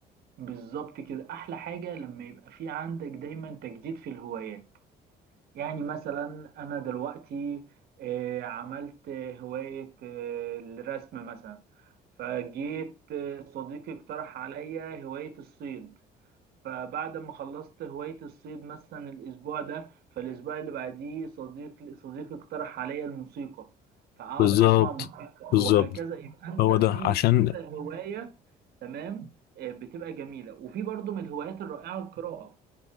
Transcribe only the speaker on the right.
بالظبط كده احلى حاجة لما يبقى في عندك دايما تجديد في الهوايات يعني مثلا أنا دلوقتي آه، عملت هواية آه، الرسم مثلا فجيت آه، صديقي اقترح عليا هواية الصيد فبعد ما خلصت هواية الصيد مثلا الأسبوع ده فالأسبوع اللي بعديه صديق صديقي اقترح عليا الموسيقى فأقعد
أسمع موسيقى
وهكذا يبقى أنت
في
كذا هواية تمام آه، بتبقى جميلة وفي برضو من الهوايات الرائعة القراءة